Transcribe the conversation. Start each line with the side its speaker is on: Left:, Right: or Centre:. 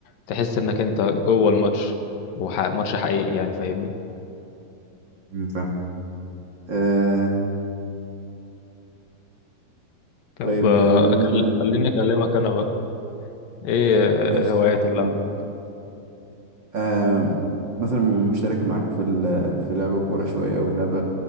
Left: تحس إنك أنت جوه الماتش وماتش حقيقي يعني فاهمني
Right: امم فاهم آه...
Left: طب
Right: طيب
Left: آه،
Right: آه، بالنسبة
Left: أكل- خليني أكلمك أنا بقى إيه آه،
Right: ماشي
Left: الهوايات اللي
Right: اتفضل آه مثلا مشترك معاك في ال- في لعب الكورة شوية ولعب